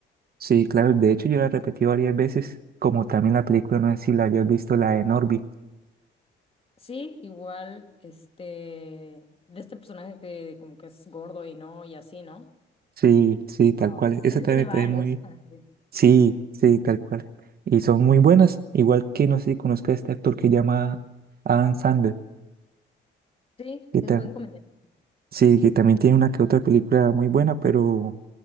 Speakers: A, on the right; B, on the left.
A: Sí, claro, de hecho yo la repetí varias veces, como también la película, no sé si la hayas visto, la de Norby.
B: Sí, igual, este, de este personaje que como que es gordo y no, y así, ¿no?
A: Sí, sí, tal
B: Ah,
A: cual. Esa
B: Ese
A: también
B: tiene
A: me
B: varios.
A: parece muy...
B: <laughs> Ah, Sí,
A: Sí, sí, tal cual. Y son muy buenas, igual que no sé si conozca a este actor que llama Adam Sandler,
B: Sí,
A: que
B: es
A: ta-
B: buen comediante.
A: sí, que también tiene una que otra película muy buena, pero...